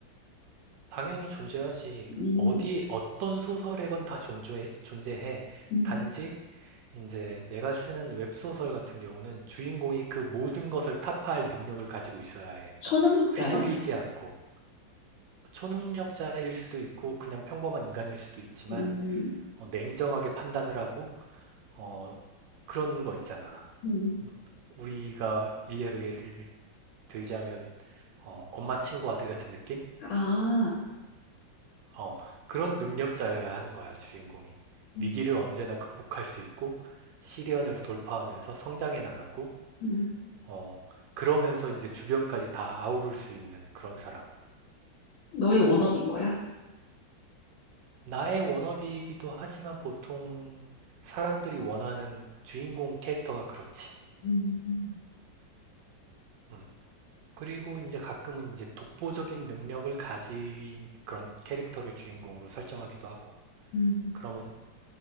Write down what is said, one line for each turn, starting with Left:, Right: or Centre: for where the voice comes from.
Right: 당연히 존재하지.
Left: 음,
Right: 어디, 어떤 소설에건 다 존재해, 존재해.
Left: 음.
Right: 단지 이제 내가 쓰는 웹소설 같은 경우는 주인공이 그 모든 것을 타파할 능력을 가지고 있어야 해.
Left: 초능력자요?
Right: 휘둘리지 않고 초능력자일 수도 있고 그냥 평범한 인간일 수도 있지만
Left: 음,
Right: 어, 냉정하게 판단을 하고 어, 그런 거 있잖아.
Left: 음.
Right: 뭐, 우리가 일례로 예를 들자면 어, 엄마 친구 아들 같은 느낌?
Left: 아,
Right: 어, 그런 능력자여야 하는 거야, 주인공이.
Left: 음,
Right: 위기를 언제나 극복할 수 있고 시련을 돌파하면서 성장해 나가고
Left: 음.
Right: 어, 그러면서 이제 주변까지 다 아우를 수 있는 그런 사람.
Left: 너의 워너비인 거야?
Right: 나의 워너비이기도 하지만 보통 사람들이 원하는 주인공 캐릭터가 그렇지.
Left: 음,
Right: 음. 그리고 이제 가끔은 이제 독보적인 능력을 가진 그런 캐릭터를 주인공으로 설정하기도 하고.
Left: 음.
Right: 그러면